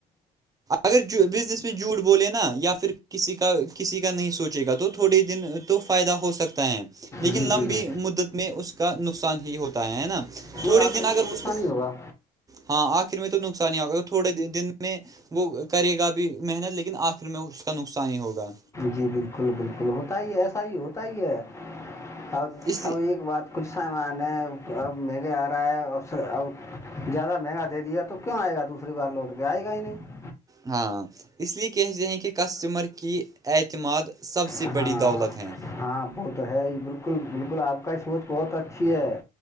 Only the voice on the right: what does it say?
اگر بزنس میں جھوٹ بولے نا یا پھر کسی کا کسی کا نہیں سوچے گا تو تھوڑے دن تو فائدہ ہو سکتا ہے لیکن
لمبی
مدت میں اس کا نقصان ہی ہوتا ت نا تھوڑے
دن
اگر
تو
ہاں آخر میں تو نقصان ہی ہوگا تھوڑے دن میں وہ کرے گا بھی محنت لیکن آخر میں اس کا نقصان ہی ہوگا
اس لیے
ہاں اس لیے کہتے ہیں کہ کسٹمر کی اعتماد سب سے
بڑی دولت ہیں